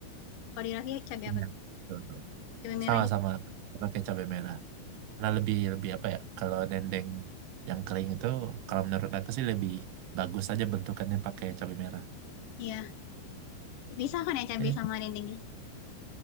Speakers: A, on the left; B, on the right.
A: Kalau di Raffi cabai
B: iya.
A: apa tuh?
B: Betul, betul.
A: Cabai merah
B: Sama-sama
A: juga.
B: pakai cabai merah. Nah, lebih lebih apa ya? Kalau dendeng yang kering itu kalau menurut aku sih lebih bagus aja bentukannya pakai cabai merah.
A: Iya, bisa kan ya cabai
B: Eh,
A: sama dendengnya?